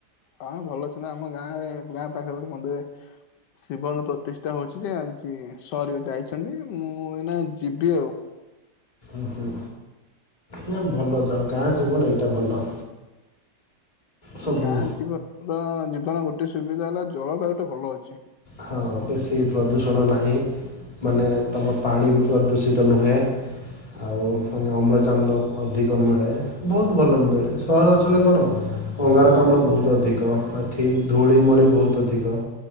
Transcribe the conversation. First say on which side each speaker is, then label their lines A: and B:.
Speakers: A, on the left; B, on the left.
A: ହଁ ଭଲ ଅଛନ୍ତି ନା ଆମ ଗାଁରେ ଗାଁ ପାଖରେ ଗୋଟେ ମନ୍ଦିର ଶିବଙ୍କର ପ୍ରତିଷ୍ଠା ହୋଉଛି ଯେ ଆଜି ସରିବ ଯାଇଛନ୍ତି ମୁଁ ଏଇନା ଯିବି ଆଉ।
B: ଉହୁଁ ନା ଭଲ ଯ ଗାଁ ଜୀବନ ଏଇଟା ଭଲ। ସବୁ
A: ଗାଁ ଯିବ ପା ଯି <unintelligible> ଗୋଟେ ସୁବିଧା ହେଲା ଜଳବାୟୁଟା ଭଲ ଅଛି।
B: ହଁ ବେଶୀ ପ୍ରଦୂଷଣ ନାହିଁ ମାନେ ତମ ପାଣି ବି ପ୍ରଦୂଷିତ ନୁହେଁ ଆଉ ଫୁଣି ଅମ୍ଳଜାନର ଅଧିକ ମିଳେ ବୋହୁତ ଭଲ ମିଳେ ସାହର ଅଞ୍ଚଳରେ କଣ ଅଙ୍ଗାରକାମ୍ଳ ବୋହୁତ ଅଧିକ ଏଠି ଧୂଳି ମଳି ବୋହୁତ ଅଧିକ